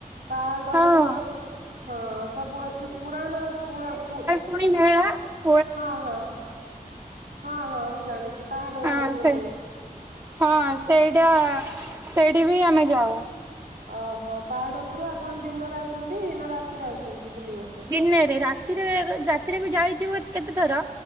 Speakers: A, on the right; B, on the right.
A: ପାହାଡ
B: ହଁ
A: ପୁରା ହଁ ସବୁ ଅଛି ପୁରାଣ ପୁଅ ପୁ
B: ପୁଣି <unintelligible>
A: ହଁ ହଁ। ହଁ ହଁ, ମୁଁ ଜାଣିଛି ପାହାଡ
B: ହଁ
A: ଉପରେ ତ
B: ସେ
A: ହୁଏ।
B: ହଁ ସେଇଟା ସେଇଠି ବି ଆମେ ଯାଉ।
A: ଓହୋ ପାହାଡ ଉପରୁ ଆପଣ ଦିନରେ ଆସନ୍ତି ନା ରାତିରେ ଆସନ୍ତି ବୁଲିବାକୁ?
B: ଦିନରେ ରାତିରେ ରାତିରେ ବି ଯାଇଛି କେତେ ଥର